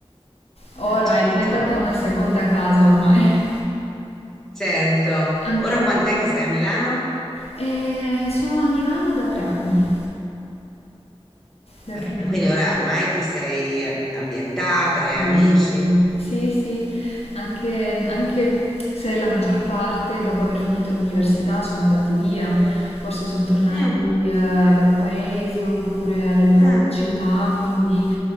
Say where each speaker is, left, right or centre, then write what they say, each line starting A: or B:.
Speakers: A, on the left; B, in the centre.
A: Ora
B: Ah, certo,
A: è diventata una seconda casa ormai.
B: certo.
A: <laughs> Anche...
B: Ora quant'è che sei a Milano?
A: E sono a Milano da tre anni.
B: Bene,
A: Da tre anni.
B: quindi ora ormai ti sei eh, ambientata, hai
A: Sì,
B: amici.
A: sì, sì. Sì, sì, anche, anche se la maggior parte dopo aver finito l'università sono andati via, forse sono tornati
B: Mm.
A: eh, ai loro paesi oppure alle loro
B: Ah,
A: città, quindi